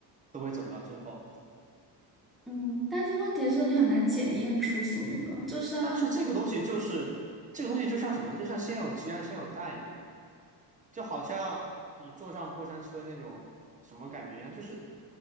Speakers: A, on the right; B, in the centre.
A: 都会走到最后。
B: 嗯，但是问题是你很难检验出宿命论啊就像，
A: 但是这个东西就是这个东西，就像什么呢？就像先有鸡还是先有蛋一样。就好像你坐上过山车那种什么感觉一样，就是